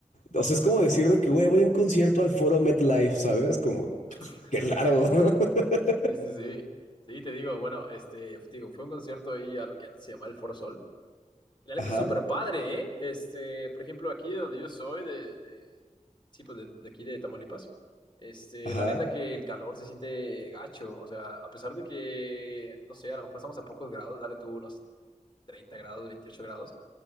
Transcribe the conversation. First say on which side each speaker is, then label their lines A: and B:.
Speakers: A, on the left; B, on the left.
A: o sea, es como decir de que, güey, voy a un concierto al Foro MetLife, ¿sabes? Como,
B: <laughs>
A: qué raro. <laughs>
B: Sí, sí, sí. Sí, te digo, bueno, este, te digo, fue un concierto ahí a lo que antes se llamaba el Foro Sol. Y la neta,
A: Ajá,
B: súper padre, ¿eh? Este, por ejemplo, aquí de donde yo soy, de, de- sí, pues de, de aquí de Tamaulipas, este,
A: ajá,
B: la neta que el calor se siente gacho, o sea, a pesar de que, no sé, a lo mejor estamos a pocos grados, dale tú unos 30 grados, 28 grados,